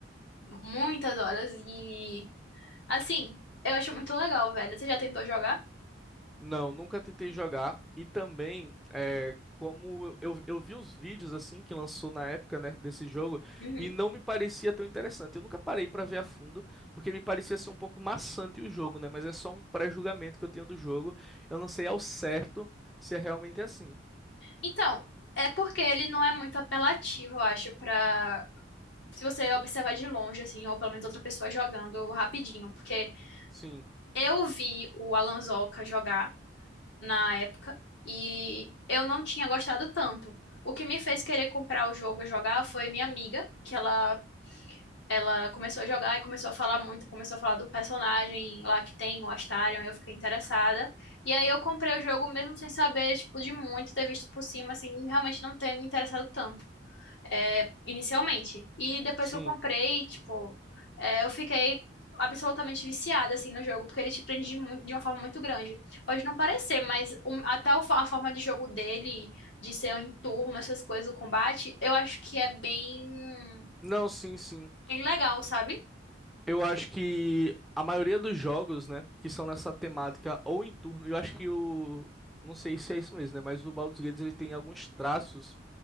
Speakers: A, on the left; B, in the centre.
A: Muitas horas. E, assim, eu acho muito legal, velho. Você já tentou jogar?
B: Não, nunca tentei jogar. E também, é, como eu, eu vi os vídeos assim que lançou na época, né, desse jogo,
A: Uhum.
B: e não me parecia tão interessante. Eu nunca parei pra ver a fundo, porque me parecia ser um pouco maçante o jogo, né? Mas é só um pré-julgamento que eu tenho do jogo. Eu não sei ao certo se é realmente assim.
A: Então, é porque ele não é muito apelativo, eu acho, pra se você observar de longe, assim, ou pelo menos outra pessoa jogando rapidinho, porque
B: Sim,
A: eu vi o Alan Alanzoca jogar na época e eu não tinha gostado tanto. O que me fez querer comprar o jogo e jogar foi minha amiga, que ela, ela começou a jogar e começou a falar muito, começou a falar do personagem lá que tem, o Astarion, e eu fiquei interessada. E aí eu comprei o jogo mesmo sem saber, tipo, de muito, ter visto por cima, assim, realmente não ter me interessado tanto é, inicialmente. E depois
B: sim.
A: que eu comprei, tipo, é, eu fiquei absolutamente viciada, assim, no jogo, porque ele te prende de, mu- de uma forma muito grande. Pode não parecer, mas o- até o fa- a forma de jogo dele, de ser em turno, essas coisas, o combate, eu acho que é bem,
B: Não, sim, sim.
A: bem legal, sabe?
B: Eu acho que a maioria dos jogos, né, que são nessa temática ou em turno, eu acho que o. Não sei se é isso mesmo, né? Mas o Baldur's Gate ele tem alguns traços